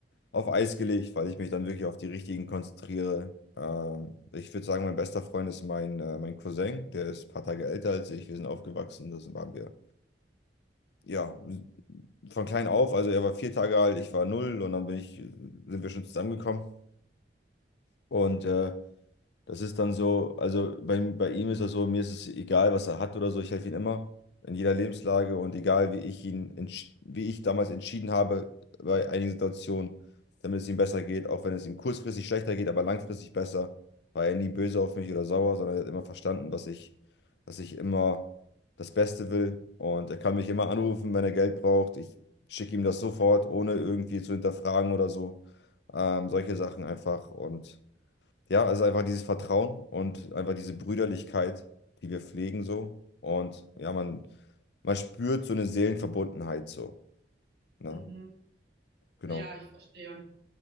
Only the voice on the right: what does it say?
mhm.
Ja, ich verstehe.